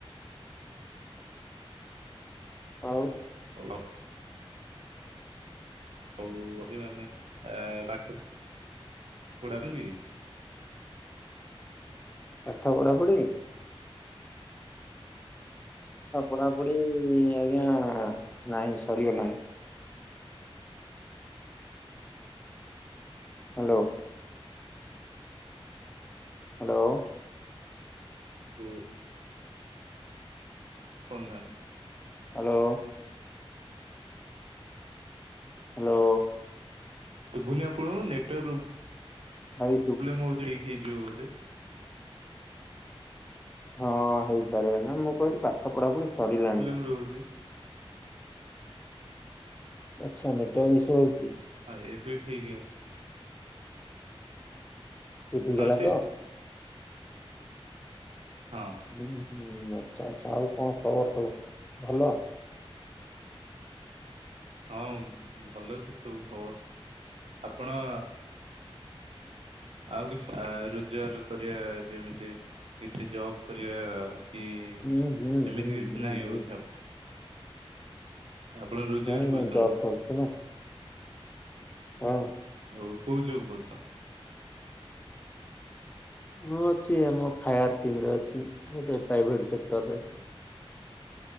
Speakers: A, on the left; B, on the right.
A: ଆଉ
B: <inaudible> <inaudible>
A: ପାଠ ପଢାପଢି। ପାଠ ପଢାପଢି ଆଜ୍ଞା ନାହିଁ ସରିଗଲାଣି। ହାଲୋ। ହାଲୋ।
B: ଓ ଅନାନି
A: ହାଲୋ। ହାଲୋ।
B: ଶୁଭୁନି ଆପଣଙ୍କୁ ନେଟୱାର୍କ ପ୍ରୋବ
A: ଭାଇ ଶୁ
B: ପ୍ରୋବଲେମ୍ ହଉଚି ଉଇକ ହେଇଯିବ ବୋଧେ?
A: ହଁ ହେଇପାରେ, ନାଇଁ ମୁଁ କହିଲି ପାଠ ପଢାପଢି ସରିଲାଣି।
B: ରହୁଚି।
A: ଆଚ୍ଛା ନେଟୱାର୍କ ଇଶୁ ରହୁଚି।
B: ହଁ ଏବେ ଠିକ୍ ହେଲା।
A: ଏବେ ଠିକ୍
B: ହଁ
A: ହେଲା
B: ସେ
A: ତ?
B: ହଁ।
A: ହୁଁ-ହୁଁ ଆଚ୍ଛା-ଆଚ୍ଛା ଆଉ କଣ ଖବର୍ ସବୁ ଭଲ?
B: ହଁ ଭଲ ତ ସବୁ ଖବର୍ ଆପଣ ଆଉ କିଛି ରୋଜଗାର କରିବା, ଯେମିତି କିଛି ଜବ୍ କରିବା କି
A: ହୁଁ ହୁଁ
B: ସେମିତି
A: ହୁଁ
B: କିଛି
A: ହୁଁ
B: ନାହିଁ
A: ହୁଁ
B: <unintelligible> ଆପଣ ରୋଜଗାର
A: ହଁ
B: କରୁଚନ୍ତି?
A: ଜବ୍ କରୁଛୁ ନା ହଁ।
B: ଆଉ କୋଉ ଜବ୍ କରୁଚ?
A: ମୁଁ ଅଛି ଆମ ଫାୟାର ଟିମରେ ଅଛି, ଗୋଟେ ପ୍ରାଇଭେଟ୍ ସେକ୍ଟରରେ।